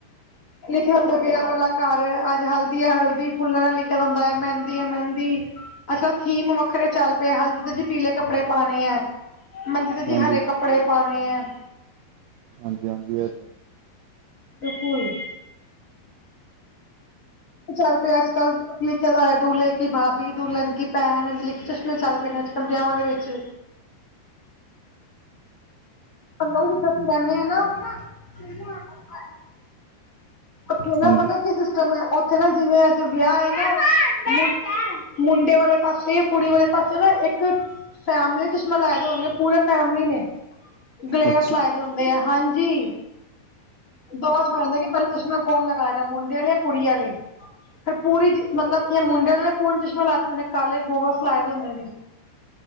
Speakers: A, on the left; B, on the right.
A: ਲਿਖਿਆ ਹੁੰਦਾ ਵੇਆ ਵਾਲਾ ਘਰ ਅੱਜ ਹਲਦੀ ਆ ਹਲਦੀ ਫੁੱਲਾਂ ਨਾਲ ਲਿਖਿਆ ਦਾ ਹੁੰਦਾ ਆ, ਮਹਿੰਦੀ ਐ ਮਹਿੰਦੀ ਅੱਜ-ਕੱਲ ਥੀਮ ਵੱਖਰੇ ਚੱਲ ਪੇ ਹਲਦੀ 'ਤੇ ਜੀ ਪੀਲੇ ਕੱਪੜੇ ਪਾਣੇ ਐ। ਮੰਜੀ 'ਤੇ ਜੀ
B: ਹਾਂਜੀ
A: ਹਰੇ ਕੱਪੜੇ ਪਾਨੇ ਐ।
B: ਹਾਂਜੀ-ਹਾਂਜੀ ਐ ਤਾਂ
A: ਬਿਲਕੁੱਲ। ਚੱਲ ਪੇ ਅੱਜ-ਕੱਲ ਲਿਖਿਆ ਦਾ ਹੋਇਆ ਦੁਲੇ ਕੀ ਭਾਬੀ, ਦੁਹਲਣ ਕੀ ਭੈਣ ਇਝ ਲਿਖ ਚਸ਼ਮੇ ਚੱਲ ਪੇ ਨੇ ਅੱਜ-ਕੱਲ ਵੇਆਵਾ ਦੇ ਵਿੱਚ। ਪੰਨੋ ਜਿੱਥੇ ਅਸੀਂ ਰੈਂਨੇ ਐ ਨਾ ਮੰਮੂ ਆਉ ਕੱਲ। ਉੱਥੇ ਨਾ
B: ਹਾਂਜੀ
A: ਪਤਾ ਕੀ ਸਿਸਟਮ ਐ ਉੱਥੇ ਨਾ ਜਿਵੇਂ ਅੱਜ ਵੇਆ ਏ ਨਾ ਮੁ ਮੁੰਡੇ ਵਾਲੇ ਪਾਸੇ ਜਾਂ ਕੁੜੀ ਵਾਲੇ ਪਾਸੋਂ ਨਾ ਇੱਕ ਫੈਮਲੀ ਨੇ ਚਸ਼ਮਾਂ ਲਾਏ ਦੇ ਹੋਣਗੇ ਪੂਰੀ ਫੈਮਿਲੀ ਨੇ। ਗਲੇਅਸ
B: ਅੱਛਾ
A: ਲਾਏ
B: ਜੀ।
A: ਦੇ ਹੁੰਦੇ ਆ ਹਾਂਜੀ, ਦੋਸ਼ ਹੋ ਜਾਂਦਾ ਕਿ ਪੈਲਾ ਚਸ਼ਮਾ ਕੌਣ ਲਗਾਏਗਾ ਮੁੰਡੇ ਆਲੇ, ਕੁੜੀ ਆਲੇ। ਫੇਰ ਪੂਰੀ ਜਿ ਮਤਲਬ ਕੀ ਐ ਮੁੰਡੇ ਆਲੇ ਦੇ ਪੂਰਨ ਚਸ਼ਮੇ ਲਾਏ ਦੇ ਹੁੰਦੇ ਨੇ ਕਾਲੇ ਗੋਗਲਸ ਲਾਏ ਦੇ ਹੁੰਦੇ ਨੇ।